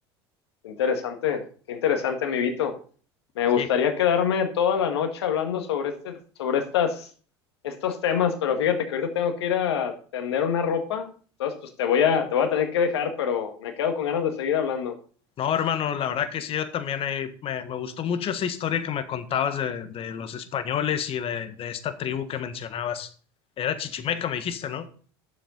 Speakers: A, on the left; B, on the left.
A: Interesante, qué interesante, mi Vito. Me
B: Sí,
A: gustaría quedarme toda la noche hablando sobre este, sobre estas, estos temas, pero fíjate que ahorita tengo que ir a tender una ropa, entonces pues te voy a, te voy a tener que dejar, pero me quedo con ganas de seguir hablando.
B: No, hermano, la verdad que sí, yo también ahí me, me gustó mucho esa historia que me contabas de, de los españoles y de, de esta tribu que mencionabas. Era Chichimeca, me dijiste, ¿no?